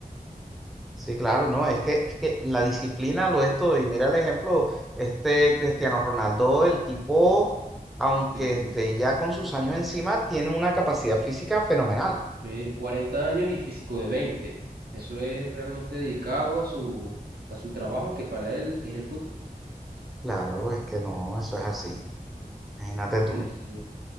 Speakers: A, in the centre; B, on the right.
A: Sí, claro, no, es que, es que la disciplina lo es todo. Y mira el ejemplo, este Cristiano Ronaldo, el tipo, aunque
B: Sí.
A: esté ya con sus años encima, tiene una capacidad física fenomenal.
B: Sí, 40 años y físico de veinte Eso es realmente dedicado a su, a su trabajo que para él es el fútbol.
A: Claro, es que no, eso es así. Imagínate tú.
B: Sí, sí,